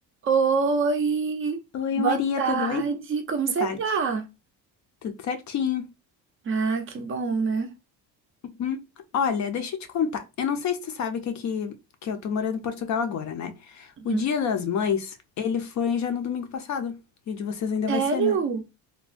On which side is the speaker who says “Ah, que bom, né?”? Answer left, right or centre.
Right